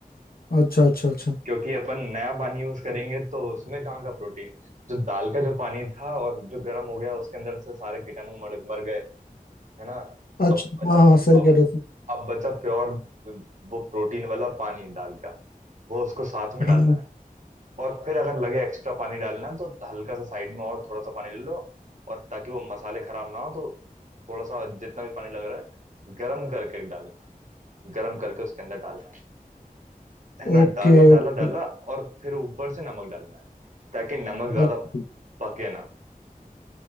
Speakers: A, on the left; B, on the right.
A: अच्छा अच्छा अच्छा
B: क्योंकि अपन नया पानी यूज करेंगे तो उसमें कहाँ का प्रोटीन जो दाल का जो पानी था और जो गर्म हो गया उसके अंदर से सारे कीटाणु मर मर गए है ना
A: अच्छा
B: अब बचा
A: हाँ हाँ सही
B: अब
A: कह रहे हो
B: अब बचा प्योर वो प्रोटीन वाला पानी दाल का वो उसको साथ में डालना
A: हाँ
B: है और फिर अगर लगे एक्स्ट्रा पानी डालना तो हल्का सा साइड में और थोड़ा सा पानी ले लो और ताकि वो मसाले खराब ना हो तो थोड़ा सा जितना भी पानी लग रहा है गरम करके डालना गरम करके उसके अंदर डालना है है ना
A: Okay
B: डाला डाला
A: okay
B: डाला और फिर ऊपर से नमक डालना है ताकि नमक ज्यादा
A: अच्छा
B: पके ना